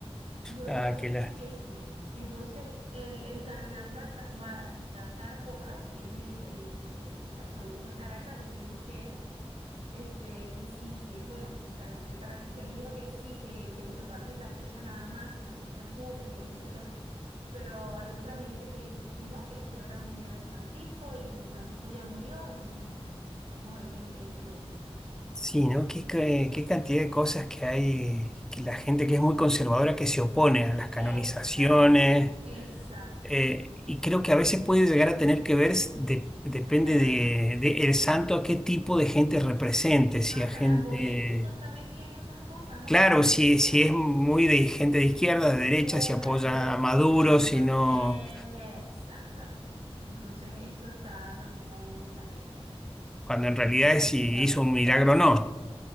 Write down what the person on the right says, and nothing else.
y otros
dicen
que sí. Entonces, el, el cardenal Barta- Baltasar Porras, que es el, el- el arzobispo de Caracas, él dijo que, este, que sí, que, bueno, el cardenal de Caracas, que él dijo que sí, que, que lo que falta es la fecha nada más, que no se especule, que esto y que el otro. Pero hay otra gente que dicen que no, que eso era una idea de Francisco y Francisco ya murió, entonces no. Vamos a ver qué es lo que dice León.
Exactamente, exacto.
Hasta la,
hasta
la política está metida en esas cosas, ¿no?
Que no debería.
Izquierda,
derecha,
ajá.
Exactamente. Entonces eso está también ahí en el tapete, pues.
Y
sabe
qué es
lo que va
a pasar.